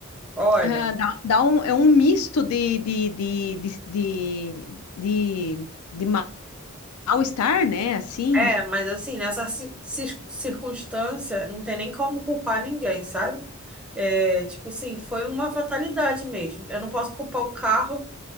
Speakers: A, in the centre; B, on the left.
A: Olha,
B: Ah, dá, dá um, é um misto de, de, de, de, de, de- de ma- mal-estar, né? Assim,
A: é, mas assim, nessa ci- ci- circunstância, não tem nem como culpar ninguém, sabe? É, tipo assim, foi uma fatalidade mesmo. Eu não posso culpar o carro,